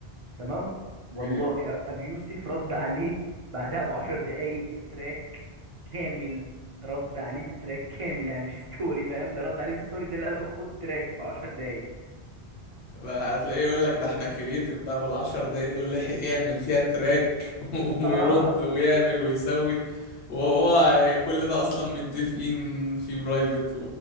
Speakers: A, on the right (about 50°); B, on the left (about 85°).
A: تمام
B: اوكي
A: والله أ- ابي يوسف رد عليه بعدها بعشر دقايق بتراك كامل رد عليه بتراك كامل يعني مش ستوري فاهم ده رد عليه بستوري ده اللي قال له خد تراك بعشر دقايق
B: لا هتلاقيه يقول لك ده احنا كرييتيف بقى والعشر دقايق دول لحق يعمل فيها تراك <laughs>
A: اه
B: ويرد ويعمل ويسوي وهو كل ده اصلا متفقين في برايفت